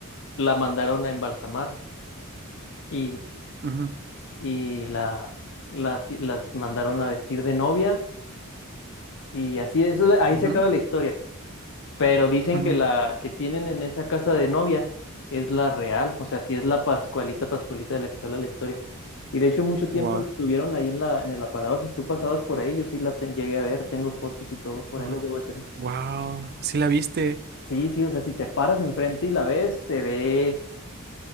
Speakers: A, on the left; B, on the right.
A: la mandaron a embalsamar. Y
B: ujú,
A: y la, la, la mandaron a vestir de novia y así, eso, es la- ahí
B: ujú,
A: se acaba la historia. Pero dicen
B: ujú.
A: que la que tienen en esa casa de novia es la real, o sea, sí es la Pascualita, Pascualita de la que se habla la historia. Y de hecho mucho tiempo
B: Wow.
A: la tuvieron ahí en la, en el aparador. Si tú pasabas por ahí, yo sí la te- llegué a ver, tengo fotos y todo, por
B: Ajá.
A: ahí las debo de tener.
B: Wow. Sí la viste.
A: Sí, sí, o sea, si te paras enfrente y la ves, se ve,